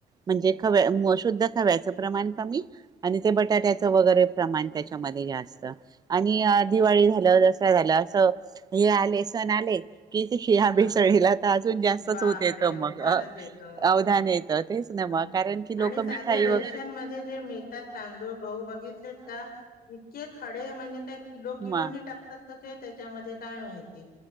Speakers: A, on the right (about 25°); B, on the left (about 60°).
A: म्हणजे शुद्ध खव्याचं प्रमाण कमी आणि ते बटाट्याचं वगैरे प्रमाण त्याच्यामध्ये जास्त आणि दिवाळी झालं. झालं असं हे आले सण आले. किती या भेसाळीला
B: हां
A: तर अजून जास्तच
B: बापरे!
A: होत येत
B: उधाणच
A: मग अवधान
B: येतं मग त्याला.
A: येत. तेचिनेमा
B: हा
A: कारण की लोक
B: आणि साधे
A: मिठाई
B: रेशन
A: व.
B: मध्ये जे मिळतात तांदूळ घहू बघितलेत का इतके खडे म्हणजे काय किलो किलोने
A: म
B: टाकतात. त्याच्यामध्ये काय माहिती.